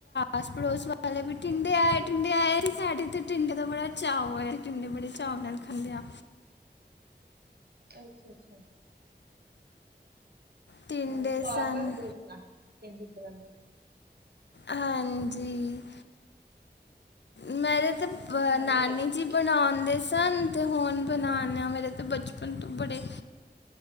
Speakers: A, on the left; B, on the right.
A: ਆਸ ਪੜੋਸ ਵਾਲੇ ਵੀ, ਟਿੰਡੇ ਆਏ, ਟਿੰਡੇ ਆਏ, ਸਾਡੇਥ ਟਿੰਡੇ ਦਾ, ਬੜਾ ਚਾਅ ਹੋਇਆ। ਕਿੰਨੇ ਬੜੇ ਚਾਅ ਨਾਲ਼ ਖਾਦੇ ਆ।
B: ਅੱਛਾ, ਅੱਛਾ।
A: ਟਿੰਡੇ
B: ਇਸ
A: ਸਨ
B: <unintelligible> ਜਿਸ ਚੰਗੀ ਤਰਾਂ।
A: ਹਾਂਜੀ, ਮੈਂਰੇ
B: ਹਾਂ ਮੈਂ
A: ਨਾਨੀ
B: ਵੀ ਲੱਗੀ
A: ਜੀ,
B: ਸੀ
A: ਬਣਾਉਣ ਸੀ ਧਨ ਹੁਣ ਬਣਾ ਆ, ਮੇਰੇ ਬਚਪਨ ਤੋਂ ਬੜੇ,